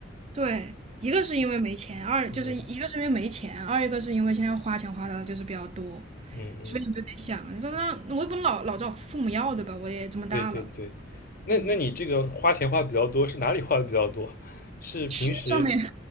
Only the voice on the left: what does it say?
嗯
嗯嗯，
对对对。那那你这个花钱花的比较多，
是哪里花的比较多？是平时